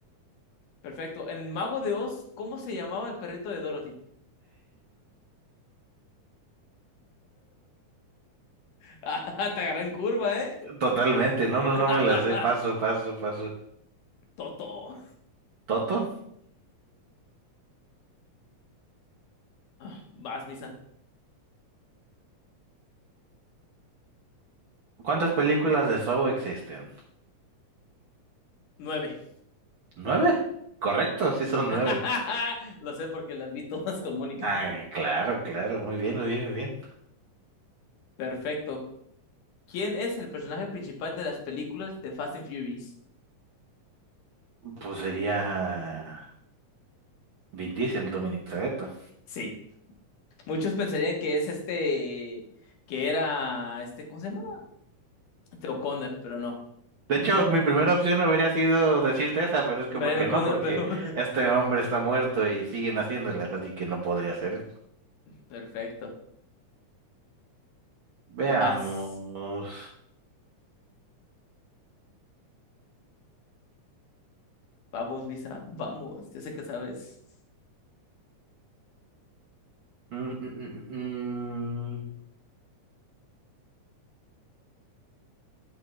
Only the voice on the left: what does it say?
Perfecto. En Mago de Oz, ¿cómo se llamaba el perrito de Dorothy? <laughs> Ah, te agarré en curva, ¿eh?
<laughs>
Toto.
Ah, Vas, Misa.
Nueve.
<laughs>
Lo sé porque las vi todas con Mónica.
Perfecto. ¿Quién es el personaje principal de las películas de Fast and Furious?
Sí. Muchos pensarían que es este, que era este, ¿cómo se llama? Este, O'Connor, pero no.
<laughs>
Brian
O'Connor,
pero. <laughs>
Perfecto.
Vas. Vamos, Visa. Vamos. Ya sé que sabes.